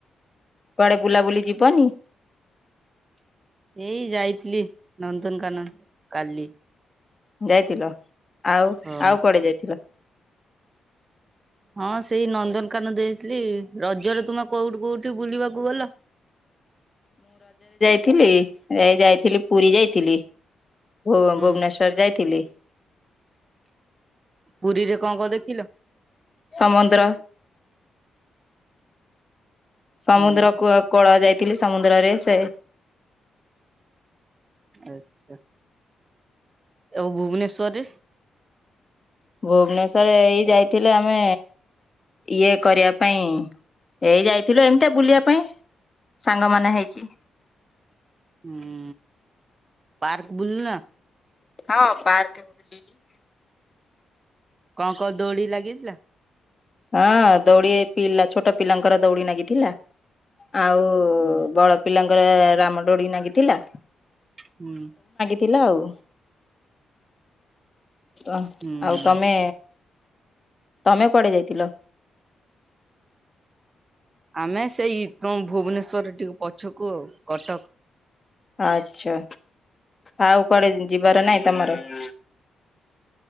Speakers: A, on the left; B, on the right.
A: କୁଆଡ଼େ ବୁଲାବୁଲି ଯିବନି।
B: ଏଇ ଯାଇଥିଲି ନନ୍ଦନକାନନ କାଲି।
A: ଯାଇଥିଲ ଆଉ
B: ହଁ
A: ଆଉ କୁଆଡେ ଯାଇଥିଲ।
B: ହଁ ସେଇ ନନ୍ଦନକାନନ ଦେଇଥିଲି ରଜରେ ତୁମ କୋଉଠୁ କୋଉ ଟି ବୁଲିବାକୁ ଗଲ।
A: ଥିଲି ଏ ଯାଇଥିଲି ପୁରୀ ଯାଇଥିଲି ଭୁ
B: ହୁଁ
A: ଭୁବନେଶ୍ଵର ଯାଇଥିଲି।
B: ପୁରୀରେ କଁ କଁ ଦେଖିଲ।
A: ସମୁଦ୍ର ସମୁଦ୍ର
B: ହୁଁ
A: କୁଅ କୋଳ ଯାଇଥିଲି ସମୁଦ୍ରରେ ସେ
B: ଆଚ୍ଛା। ଆଉ ଭୁବନେଶ୍ଵର ରେ
A: ଭୁବନେଶ୍ଵରରେ ଏଇ ଯାଇଥିଲେ ଆମେ ଇଏ କରିବା ପାଇଁ ଏଇ ଯାଇଥିଲୁ ଏମିତିଆ ବୁଲିବା ପାଇଁ। ସାଙ୍ଗମାନେ ହେଇକି।
B: ହୁଁ ପାର୍କ ବୁଲ ନ
A: ହଁ ପାର୍କ ବି ବୁଲିଲି।
B: କଁ କଁ ଦୌଡି ଲାଗିଥିଲା।
A: ହଁ ଦୌଡି ପିଲା ଛୋଟୋ ପିଲାଙ୍କର ଦୌଡି ନାଗିଥିଲା। ଆଉ
B: ହୁଁ
A: ବଡ ପିଲାଙ୍କର ରାମଦୋଡି ନାଗିଥିଲା।
B: ହୁଁ।
A: ଥିଲା ଆଉ ତ
B: ହୁଁ
A: ଆଉ ତମେ ତମେ କୁଆଡେ ଯାଇଥିଲ।
B: ଆମେ ସେଇ ତୁମ ଭୁବନେଶ୍ଵରରେ ଟିକେ ପଛୁକୁ ଆଉ କଟକ
A: ଆଚ୍ଛା ଆଉ କୁଆଡ଼େ ଯିବାର ନାଇଁ ତମର। <inaudible>